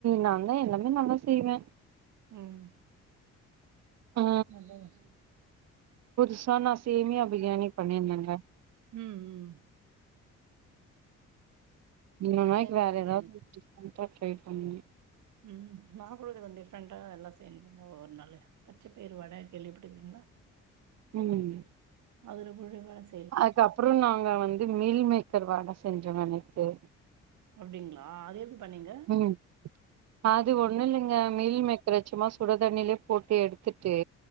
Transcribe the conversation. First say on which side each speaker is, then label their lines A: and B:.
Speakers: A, on the right (about 60°); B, on the right (about 75°).
A: நான்தே எல்லாமே நல்லா செய்வே
B: ம்
A: ஆ
B: நட்டதா
A: புதுசா நா சேமியா பிரியாணி பண்ணிந்தங்க
B: ம் ம்
A: இன்னொ நாய்க்
B: சேமியா
A: வேற
B: பிரியாணி
A: ஏதாவ் டிஃப்ரண்டா ஃப்ரைட் பண்
B: ம் நா கூட திதண்டே இஃப்ரெண்ட்டா எல்லா செஞ்சிங்க ஓர் நாள்ளே பச்ச பேர் வட கேள்விப்பட்டுக்றீங்ளா
A: ம்
B: அதுரு புடுவாஸ்
A: அக்கப்றுன் நாங்க வந்து மீல் மேக்கர் வாட செஞ்சோங்க நேத்து
B: அப்டிங்களா அது எப்டி பண்ணீங்க
A: ம் அது ஒன் இல்லங்க மீல் மேக்கரச்சும்மா சுடுதண்ணில்யே போட்டு எடுதுட்டே